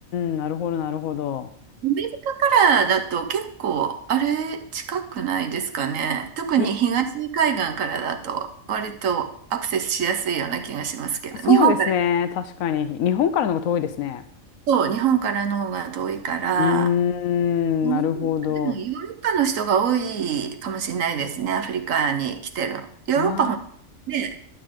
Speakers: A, on the left (about 80°); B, on the right (about 75°).
A: ん、なるほど、なるほど。
B: アメリカからだと結構、あれ、近くないですかね。特に東海岸からだと、
A: い、
B: 割とアクセスしやすいような気がしますけど、
A: そうですね。
B: 日本から。
A: 確かに。日本からの方が遠いですね。
B: そう、日本からの方が遠いから、
A: うーん、
B: うん
A: なるほど。
B: でもヨーロッパの人が多いかもしれないですね、アフリカに来てる。ヨーロッパほんね、
A: あ